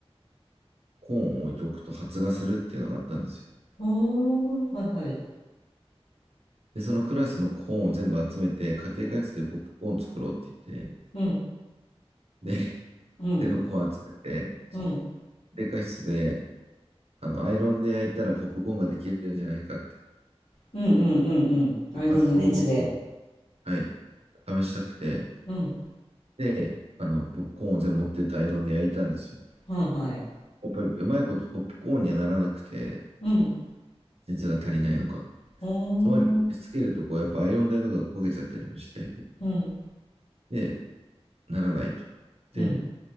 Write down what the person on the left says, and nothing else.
おー、はいはい。
うん、
うん、
うん、うん、
うん、うん、うんうんうんうんうんうんうんんアイロンの熱で。
うん、
はいはい。
うん、
お
ー、
うん、
うん、